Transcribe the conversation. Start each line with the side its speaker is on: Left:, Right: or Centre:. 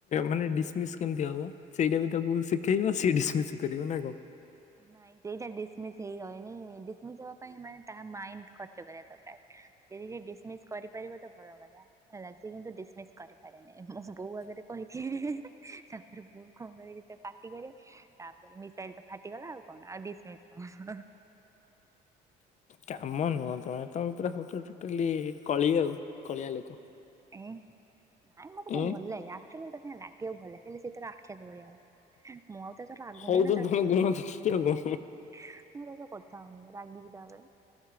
Left: ମାନେ ଡିସମିସ୍ କେମିତି ହବ ସେଇଟା ବି ତାକୁ ଶିଖେଇବ ସିଏ ଡିସମିସ୍ କରିବ ନା କଣ?
Right: ନାଇଁ ସେଇଟା ଡିସମସ୍ ହେଇ ହେଇନି ଡିସମିସ୍ ହବା ପାଇଁ ମାନେ ତାହା ମାଇଣ୍ଡି ଖର୍ଚ୍ଚ କରିବା ଦରକାରେ। ସେଇ ହି ଡିସମି୍ସ କରିପାରିବ ତ ଭଲ କଥା ହେଲା ସେ କିନ୍ତୁ ଡିସମିସ କରିବ ପାରେନି ମୁଁ ଏ ବୋଉ ଆଗରେ କହିଚି ହିଁ -ହିଁ- ହିଁ -ତାପରେ ବୋଉ କଣ କହିବ ତାକୁ ପାଟି କରେ ତାପରେ ମିଶାଇଲି ତ ଫାଟିଗଲା ଆଉ କଣ ଆଉ ଡିସମିସ କଣ।
Left: କାମ ନୁହଁ ତମେ ତମେ ପୁରା ହଉଚ ଟୋଟାଲି କଳି ଆଉ କଳିଆ ଲୋକ।
Right: ଏଁ ନାଇଁ ମତେ
Left: ଉଁ
Right: ଟିକେ ଭଲଲାଗେ ୟାର ଅଚ୍ୟୁଲି ତା ସାଙ୍ଗେ ଲାଗିବାକୁ ଭଲଲାଗେ ହେଲେ ସେ ତାର ଆକ୍ଷେପ ଭଳିଆ ହଏ। ମୁଁ ଆଉ ତା ସହ ଲାଗୁନି
Left: ହଉ
Right: ନା
Left: ତ
Right: ତା
Left: ତମ
Right: ମୁଁ
Left: ଗୁଣ ଦେଖିକି ଆଉ କଣ
Right: ତା ସହ କଥା ହଉନି ରାଗିକି ତା ଉପରେ